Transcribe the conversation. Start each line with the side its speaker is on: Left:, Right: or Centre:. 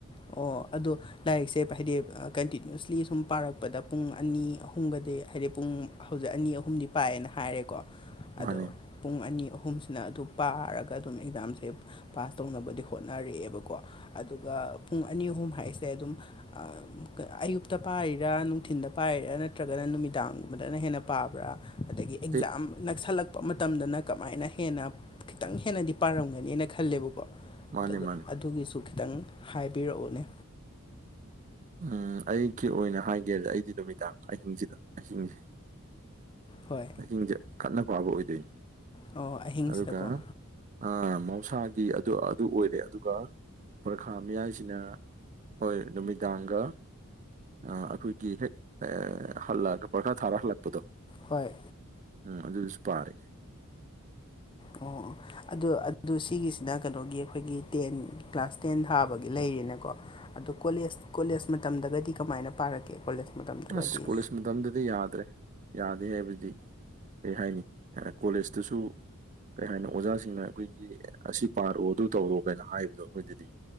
Left: ꯑꯣ ꯑꯗꯣ ꯂꯥꯏꯔꯤꯛꯁꯦ ꯄ ꯍꯥꯏꯗꯤ ꯑꯥ ꯀꯟꯇꯤꯅ꯭ꯌꯨꯁꯂꯤ ꯁꯨꯝ ꯄꯥꯔꯛꯄꯗ ꯄꯨꯡ ꯑꯅꯤ ꯑꯍꯨꯝꯒꯗꯤ ꯍꯥꯏꯗꯤ ꯄꯨꯡ ꯍꯧꯖꯤꯛ ꯑꯅꯤ ꯑꯍꯨꯝꯗꯤ ꯄꯥꯏꯑꯦꯅ ꯍꯥꯏꯔꯦꯀꯣ ꯑꯗꯣ
Right: ꯃꯥꯅꯦ
Left: ꯄꯨꯡ ꯑꯅꯤ ꯑꯍꯨꯝꯁꯤꯅ ꯑꯗꯨ ꯄꯥꯔꯒ ꯑꯗꯨꯝ ꯑꯦꯛꯖꯥꯝꯁꯦ ꯄꯥꯁ ꯇꯧꯅꯕꯗꯤ ꯍꯣꯠꯅꯔ‌ꯦꯑꯦꯕꯀꯣ ꯑꯗꯨꯒ ꯄꯨꯡ ꯑꯅꯤ ꯑꯍꯨꯝ ꯍꯥꯏꯁꯦ ꯑꯗꯨꯝ ꯑ ꯑꯌꯨꯛꯇ ꯄꯥꯏꯔꯤꯔꯥ ꯅꯨꯡꯊꯤꯟꯗ ꯄꯥꯏꯔꯤꯔꯥ ꯅꯠꯇ꯭ꯔꯒꯅ ꯅꯨꯃꯤꯗꯥꯡꯒꯨꯝꯕꯗꯅ ꯍꯦꯟꯅ ꯄꯥꯕ꯭ꯔꯥ ꯑꯗꯒꯤ ꯑꯦꯛꯖꯥꯝ
Right: ꯑꯩ
Left: ꯅꯛꯁꯜꯂꯛ ꯄ ꯃꯇꯝꯗꯅ ꯀꯃꯥꯏꯅ ꯍꯦꯟꯅ ꯈꯤꯇꯪ ꯍꯦꯟꯅꯗꯤ ꯄꯥꯔꯝꯒꯅꯤꯅ ꯈꯜꯂꯦꯕꯀꯣ
Right: ꯃꯥꯅꯦ
Left: ꯑꯗ
Right: ꯃꯥꯅꯦ
Left: ꯑꯗꯨꯒꯤꯁꯨ ꯈꯤꯇꯪ ꯍꯥꯏꯕꯤꯔꯎꯅꯦ
Right: ꯎꯝ ꯑꯩꯒꯤ ꯑꯣꯏꯅ ꯍꯥꯏꯒꯦꯗ ꯑꯩꯗꯤ ꯅꯨꯃꯤꯗꯥꯡ ꯑꯍꯤꯡꯖꯤꯗ ꯑꯍꯤꯡꯖ‌ꯦ
Left: ꯍꯣꯏ
Right: ꯑꯍꯤꯡꯖ‌ꯦ ꯀꯟꯅ ꯄꯥꯕ ꯑꯣꯏꯗꯣꯏꯅꯤ
Left: ꯑꯣ ꯑꯍꯤꯡꯁꯤꯗꯀꯣ
Right: ꯑꯗꯨꯒ ꯑ ꯃꯍꯧꯁꯥꯗꯤ ꯑꯗꯨ ꯑꯗꯨ ꯑꯣꯏꯔꯦ ꯑꯗꯨꯒ ꯄ꯭ꯔꯈꯥ ꯃꯌꯥꯁꯤꯅ ꯍꯣꯏ ꯅꯨꯃꯤꯗꯥꯡꯒ ꯑꯥ ꯑꯩꯈꯣꯏꯒꯤ ꯍꯦꯛ ꯑꯦ ꯍꯜꯂꯛꯑꯒ ꯄ꯭ꯔꯈꯥ ꯊꯥꯕ ꯍꯜꯂꯛꯄꯗꯣ
Left: ꯍꯣꯏ
Right: ꯎꯝ ꯑꯗꯨꯗꯁꯨ ꯄꯥꯔꯦ
Left: ꯑꯣ ꯑꯣ ꯑꯗꯨ ꯑꯗꯨ ꯁꯤꯒꯤꯁꯤꯅ ꯀꯩꯅꯣꯒꯤ ꯑꯩꯈꯣꯏꯒꯤ ꯇꯦꯟ ꯀ꯭ꯂꯥꯁ ꯇꯦꯟ ꯊꯥꯕꯒꯤ ꯂꯩꯔꯦꯅꯀꯣ ꯑꯗꯣ ꯀꯣꯂꯦꯖ ꯀꯣꯂꯦꯖ ꯃꯇꯝꯗꯒꯗꯤ ꯀꯃꯥꯏꯅ ꯄꯥꯔꯛꯀꯦ ꯀꯣꯂꯦꯖ ꯃꯇꯝꯗꯒꯗꯤ
Right: ꯑꯁ ꯀꯣꯂꯦꯖ ꯃꯇꯝꯗꯗꯤ ꯌꯥꯗ꯭ꯔꯦ ꯌꯥꯗꯦ ꯍꯥꯏꯕꯗꯤ ꯀꯩ ꯍꯥꯏꯅꯤ ꯑ ꯀꯣꯂꯦꯖꯇꯨꯁꯨꯨ ꯀꯩ ꯍꯥꯏꯅꯣ ꯑꯣꯖꯥꯁꯤꯡꯅ ꯑꯩꯈꯣꯏꯒꯤ ꯑꯁꯤ ꯄꯥꯔꯑꯣ ꯑꯗꯨ ꯇꯧꯔꯣ ꯀꯥꯏꯅ ꯍꯥꯏꯕꯗꯣ ꯑꯩꯈꯣꯏꯗꯗꯤ